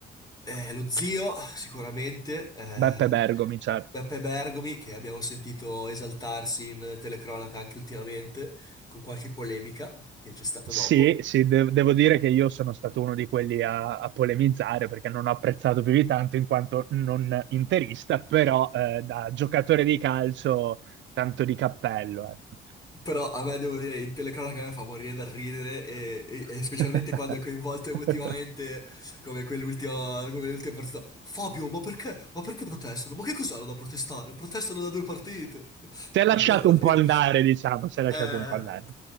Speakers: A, on the left; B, on the right.
A: eh, lo zio, sicuramente, eh,
B: Beppe Bergomi, certo.
A: Beppe Bergomi, che abbiamo sentito esaltarsi in telecronaca anche ultimamente, con qualche polemica che c'è stata
B: Sì,
A: dopo.
B: sì, de- devo dire che io sono stato uno di quelli a, a polemizzare perché non ho apprezzato più di tanto in quanto non interista, però eh, da giocatore di calcio tanto di cappello, ecco.
A: Però a me devo dire, in telecronaca a me fa morire dal ridere e, e- e specialmente
B: <laughs>
A: quando è coinvolto emotivamente come quell'ultima come l'ultima partita. Fabio, ma perché? Ma perché protestano? Ma che cos'hanno da protestare? Protestano da due partite. <laughs>
B: Si è lasciato
A: E allora
B: un po'
A: lì,
B: andare, diciamo, si è lasciato
A: eh,
B: un po' andare.